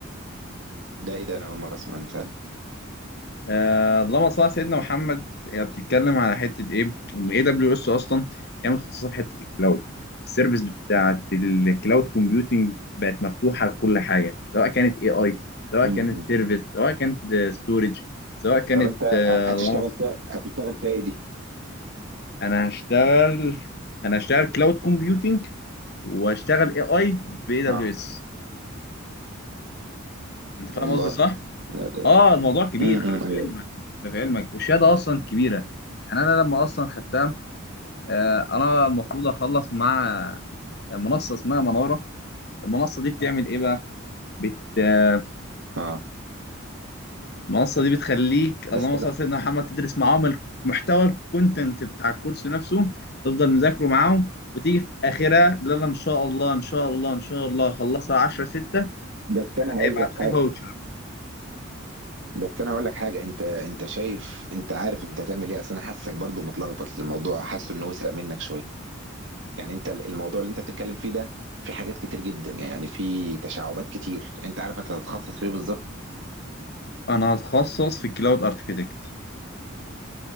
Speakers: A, on the right (about 60°); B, on the left (about 50°).
A: ده ايه ده انا اول مره اسمع عن بتاع ده
B: آه، اللهم صل على سيدنا محمد هي بتتكلم على حته ايه ان اي دبليو اس اصلا هي متخصصه في حته الكلاود السيرفيس بتاعت الكلاود كومبيوتنج بقت مفتوحه لكل حاجه سواء كانت اي اي سواء
A: مم.
B: كانت سيرفيس سواء كانت ستورج سواء كانت
A: طب انت ه-
B: آه،
A: هتشتغل
B: اللهم صل
A: فيها هتشتغل فيها ايه دي
B: انا هشتغل انا هشتغل كلاود كومبيوتنج واشتغل اي اي باي دبليو
A: اه
B: اس انت فاهم
A: والله
B: قصدي صح؟
A: لا ده
B: اه الموضوع كبير
A: امم
B: خلي في
A: ايوه
B: علمك خلي في علمك والشهاده اصلا كبيره يعني انا لما اصلا خدتها آه، انا المفروض اخلص مع منصه اسمها مناره المنصه دي بتعمل ايه بقى بت آه،
A: اه
B: المنصه دي بتخليك
A: بس
B: اللهم
A: أنا-
B: صل على سيدنا محمد تدرس معاهم المحتوى الكونتنت بتاع الكورس نفسه تفضل مذاكره معاهم وتيجي في اخرها لا لا ان شاء الله ان شاء الله ان شاء الله خلصها 10 6
A: بس انا هقول
B: هيبعتوا
A: لك حاجه
B: لي فاوتشر
A: بس انا هقول لك حاجه انت انت شايف انت عارف انت هتعمل ايه اصل انا حاسسك برضو متلخبط الموضوع حاسه انه وسع منك شويه يعني انت ال- الموضوع اللي انت بتتكلم فيه ده في حاجات كتير جدا يعني في تشعبات كتير انت عارف انت هتتخصص في ايه بالظبط
B: انا هتخصص في الكلاود اركتكت